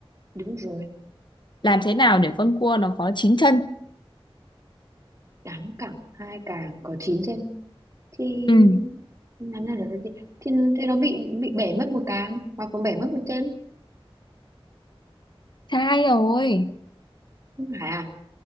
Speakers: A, on the right; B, on the left.
A: Đúng rồi,
B: làm thế nào để con cua nó có chín chân
A: 8 cẳng, hai càng có 9 chân thì
B: ừ
A: làm nào được thì, thì, thì nó bị bị bể mất một càng hoặc còn bể mất một chân,
B: sai rồi
A: không phải à?